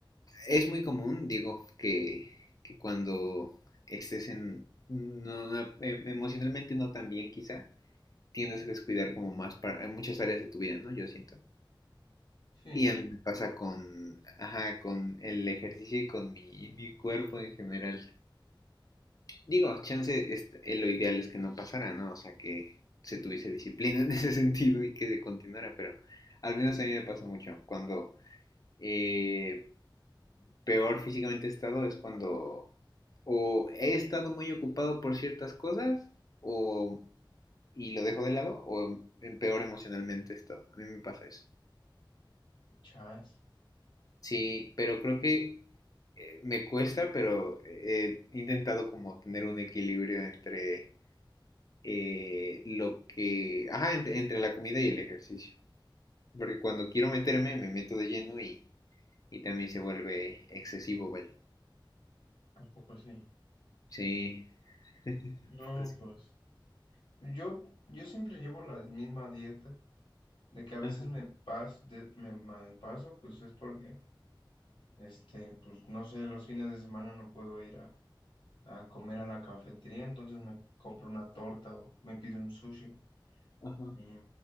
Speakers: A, on the left; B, on the left.
A: es muy común, digo, que, que cuando estés en, no- no- em- emocionalmente no tan bien quizá, tiendes a descuidar como más para, muchas áreas de tu vida, ¿no? Yo siento.
B: sí,
A: Y a mí me pasa con, ajá, con el ejercicio y con mi, mi cuerpo en general. Digo, chance, es- eh, lo ideal es que no pasara, ¿no? O sea, que se tuviese disciplina <laughs> en ese sentido y que se continuara, pero al menos a mí me pasa mucho. Cuando eh, peor físicamente he estado es cuando o he estado muy ocupado por ciertas cosas o y lo dejo de lado o en peor emocionalmente he estado. A mí me pasa eso.
B: chas,
A: Sí, pero creo que eh, me cuesta, pero he intentado como tener un equilibrio entre eh, lo que... Ajá, entre, entre la comida y el ejercicio. Porque cuando quiero meterme, me meto de lleno y, y también se vuelve excesivo, vaya.
B: ¿a poco sí?
A: Sí. <laughs> Un
B: No,
A: Poco sí.
B: pues yo, yo siempre llevo la misma dieta. de que a veces
A: Ajá,
B: me pas, de- me mal paso pues es porque, este, pues no sé, los fines de semana no puedo ir a, a comer a la cafetería, entonces me compro una torta o me pido un sushi.
A: ajá,
B: Y